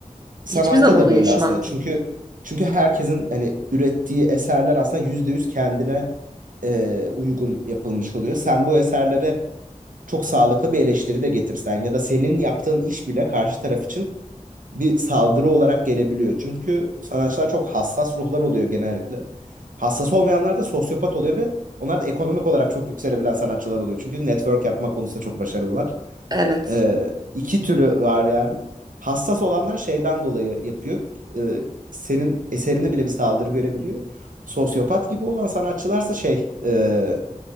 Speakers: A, on the right; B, on the right.
A: Sanatta
B: Hiçbir zaman
A: da
B: uyuşmaz.
A: böyle aslında. Çünkü çünkü herkesin hani ürettiği eserler aslında %100 kendine e, uygun yapılmış oluyor. Sen bu eserlere çok sağlıklı bir eleştiri de getirsen ya da senin yaptığın iş bile karşı taraf için bir saldırı olarak gelebiliyor. Çünkü sanatçılar çok hassas ruhlar oluyor genellikle. Hassas olmayanlar da sosyopat oluyor ve onlar da ekonomik olarak çok yükselebilen sanatçılar oluyor. Çünkü network yapma konusunda çok başarılılar.
B: Evet.
A: Ee, iki türü var yani. Hassas olanlar şeyden dolayı yapıyor. Ee, senin eserini bile bir saldırı görebiliyor. Sosyopat gibi olan sanatçılarsa şey, e,